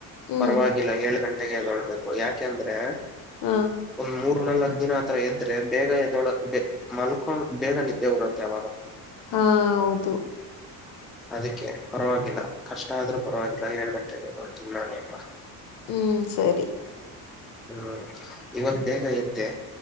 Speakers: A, on the left; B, in the centre.
A: ಹ್ಮ್
B: ಪರವಾಗಿಲ್ಲ ಏಳು ಗಂಟೆಗೆ ಎದೊಳ್ಬೇಕು ಯಾಕೆಂದ್ರೆ
A: ಹಾ
B: ಒಂದ್ ಮೂ ನಲ್ಲ ದಿನ ಹತ್ರರ ಎದ್ರೆ ಬೇಗ ಎದೊಳ ಮಲ್ಕೊಂಡ ಬೇಗ ನಿದ್ದೆ ಉರುತ್ತೆ ಅವಾಗ
A: ಹಾ ಹೌದು
B: ಅದಕ್ಕೆ ಪರವಾಗಿಲ್ಲ ಕಷ್ಟ ಆದ್ರೂ ಪರವಾಗಿಲ್ಲ ಹೇಳ್ಬೇಕಟ್ಟ ನೋಡ್ ತಿನ್ ನಾನ ಅಲ್ಲ
A: ಹ್ಮ್ ಸರಿ
B: ಹ್ಮ್ ಇವತ್ತು ಬೇಗ ಎದ್ದೆ